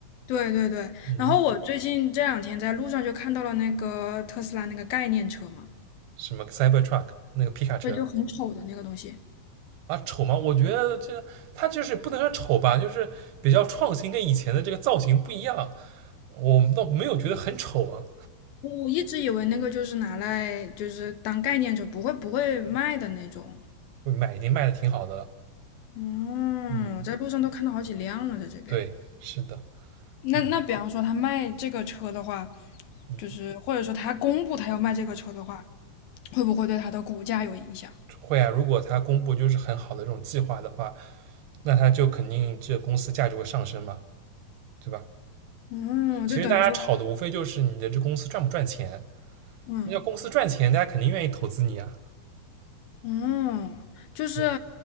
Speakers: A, on the left; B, on the right.
A: 对对对，
B: 嗯，
A: 然后我最近这两天在路上就看到了那个特斯拉那个概念车嘛，
B: 什么 Cybertruck 那个皮卡车
A: 对，就很丑的那个东西。
B: 啊，丑吗？我觉得这它就是不能说丑吧，就是比较创新，跟以前的这个造型不一样，我们倒没有觉得很丑啊，
A: 我我一直以为那个就是拿来就是当概念车，不会不会卖的那种。
B: 会卖已经卖的挺好的了。
A: 嗯，
B: 嗯，
A: 我在路上都看到好几辆了，在这边。
B: 对，是的，
A: 那那比方说他卖这个车的话，
B: 嗯嗯。
A: 就是或者说他公布他要卖这个车的话，会不会对他的股价有影响？
B: 会啊，如果他公布就是很好的这种计划的话，那他就肯定这公司价值会上升嘛，对吧？
A: 嗯，
B: 其实大家炒的无非就是你的这公司赚不赚钱，
A: 就等于说，嗯。
B: 你要公司赚钱，大家肯定愿意投资你啊，
A: 嗯，就是，
B: 对吧？